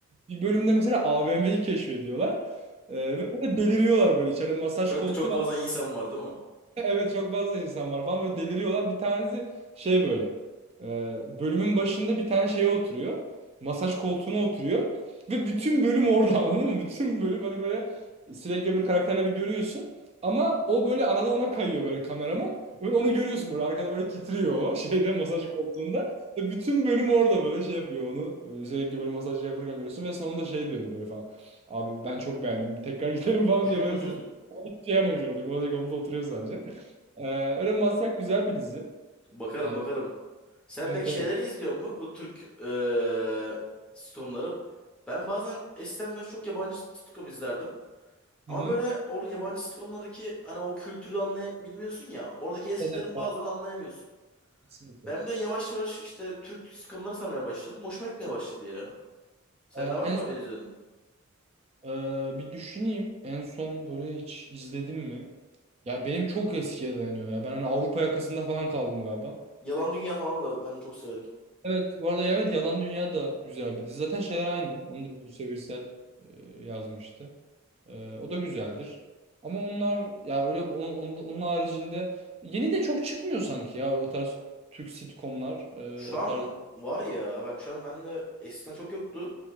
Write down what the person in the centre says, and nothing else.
Çok
çok
fazla insan var değil mi?
<laughs>
Bakarım
bakarım. Sen
pek şeyleri
izliyor mu? Bu Türk eee sitcomları. Ben bazen eskiden ben çok yabancı sitcom izlerdim.
Ama
böyle orada yabancı sitcomlardaki hani o kültürü anlayabilmiyorsun ya. Oradaki esprilerin
bazen anlayamıyorsun.
Ben de yavaş yavaş işte Türk sitcomları sarmaya başladım. Hoşuma gitmeye başladı ya. Sende
var
mı
öyle izledin?
Yalan Dünya falan da ben çok severim.
Şu
an
var ya bak şu an bende eskiden çok yoktu.